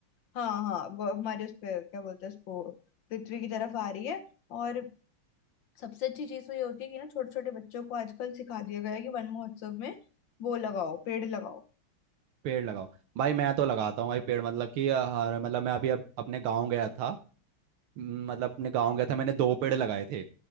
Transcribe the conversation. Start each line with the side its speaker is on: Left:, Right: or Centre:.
Left: हाँ हाँ वो हमारे उस पे क्या बोलते हैं उसको पृथ्वी की तरफ आ रही है और सबसे अच्छी चीज तो ये होती है कि ना छोटे छोटे बच्चों को आजकल सिखा दिया गया है कि वन महोत्सव में वो लगाओ पेड़ लगाओ
Right: पेड़ लगाओ भाई मैं तो लगाता हूँ भाई पेड़ मतलब कि अ, हर- मतलब मैं अभी अब अपने गाँव गया था म, मतलब अपने गाँव गया था मैंने दो पेड़ लगाए थे